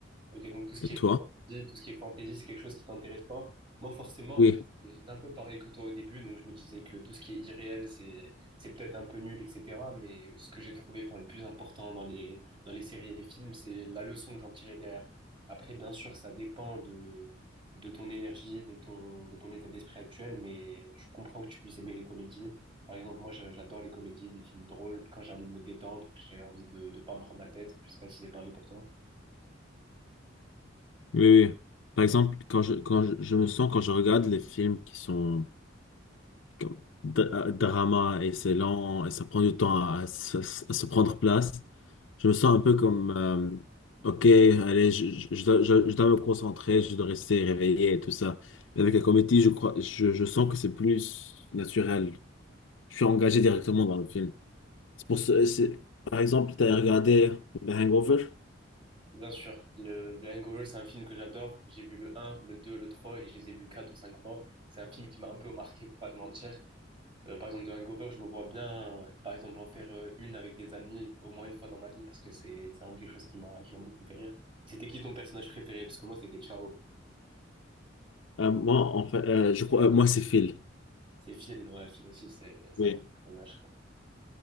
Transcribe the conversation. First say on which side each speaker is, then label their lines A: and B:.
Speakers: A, on the right; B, on the left.
A: Ok, donc tout ce qui
B: Et
A: est
B: toi?
A: fantasy, tout ce qui est fantasy, c'est quelque chose qui t'intéresse pas. Moi, forcément,
B: Oui,
A: j'étais j'étais un peu pareil que toi au début, donc je me disais que tout ce qui est irréel, c'est c'est peut-être un peu nul, etc. Mais ce que j'ai trouvé, enfin, le plus important dans les dans les séries et les films, c'est la leçon que j'en tirais derrière. Après, bien sûr, ça dépend de de ton énergie, de ton de ton état d'esprit actuel, mais je comprends que tu puisses aimer les comédies. Par exemple, moi, j'a- j'adore les comédies, des films drôles. Quand j'ai envie de me détendre, que j'ai envie de de pas me prendre la tête. Je sais pas si c'est pareil pour toi.
B: oui, oui. Par exemple, quand je quand je, je me sens quand je regarde les films qui sont comme dra- euh, drama et c'est lent et ça prend du temps à, se à se prendre place. Je me sens un peu comme, euh, ok, allez, je, je, je dois, je, je dois me concentrer, je dois rester réveillé et tout ça. Mais avec la comédie, je crois, je, je sens que c'est plus naturel. Je suis engagé directement dans le film. C'est pour ce- c'est, par exemple, tu as regardé The Hangover.
A: Bien sûr, le, The Hangover, c'est un film que j'adore. J'ai vu le un, le 2, le 3 et je les ai vus 4 ou 5 fois. C'est un film qui m'a un peu marqué, pour pas te mentir. Euh, par exemple, The Hangover, je me vois bien, euh, par exemple, en faire euh, une avec des amis au moins une fois dans ma vie parce que c'est c'est vraiment quelque chose qui m'a qui m'a beaucoup fait rire. C'était qui ton personnage préféré? Parce que moi, c'était Ciao.
B: Euh, moi, en fait, euh, je crois, euh, moi, c'est Phil.
A: C'est Phil, ouais, Phil aussi, c'est c'est
B: Oui.
A: un bon personnage. quoi.